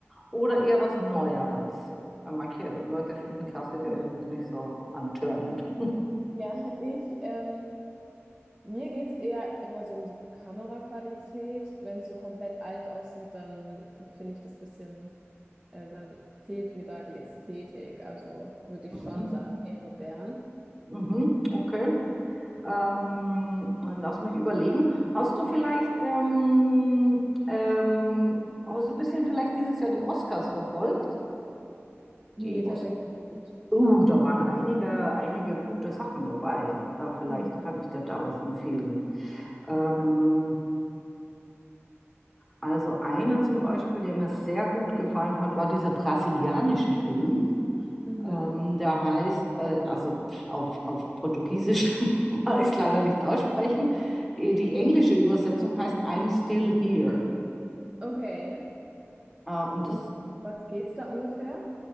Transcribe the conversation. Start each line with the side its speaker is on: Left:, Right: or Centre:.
Centre: oder eher was Neueres? Weil manche Leute finden Klassiker
Right: Mhm.
Centre: irgendwie nicht so antörnend. <laughs>
Right: Ja, ich, ähm, mir geht es eher immer so um die Kameraqualität. Wenn es so komplett alt aussieht, dann finde ich das bisschen, äh, dann fehlt mir da die Ästhetik. Also würde ich
Centre: Mhm,
Right: schon sagen, eher modern.
Centre: mhm, okay. Ähm, dann lass mich überlegen. Hast du vielleicht, ähm, ähm, hast du ein bisschen vielleicht dieses Jahr die Oscars verfolgt?
Right: Nee,
Centre: Die
Right: tatsächlich
Centre: Os
Right: nicht.
Centre: Oh, da waren einige, einige gute Sachen dabei. Da vielleicht
Right: Mhm.
Centre: kann ich dir da was empfehlen. Ähm,
Right: Ja.
Centre: also einer zum Beispiel, der mir sehr gut gefallen hat, war dieser brasilianische Film.
Right: Mhm.
Centre: Ähm, der heißt, äh, also pf, auf, auf Portugiesisch <laughs> kann ich es leider nicht aussprechen. Äh, Die englische Übersetzung heißt I'm Still Here.
Right: Okay.
Centre: Äh, und das,
Right: Um was geht's da ungefähr?